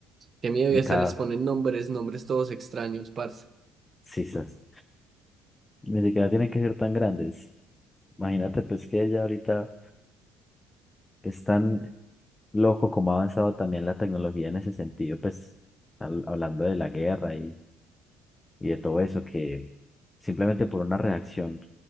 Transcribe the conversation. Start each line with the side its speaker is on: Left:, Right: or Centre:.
Right: Qué miedo,
Left: Y
Right: y hasta
Left: cada,
Right: les ponen nombres, nombres todos extraños, parce,
Left: sí, sí sí. ni siquiera tienen que ser tan grandes. Imagínate, pues que ya ahorita es tan loco como ha avanzado también la tecnología en ese sentido, pues al- hablando de la guerra y, y de todo eso, que simplemente por una reacción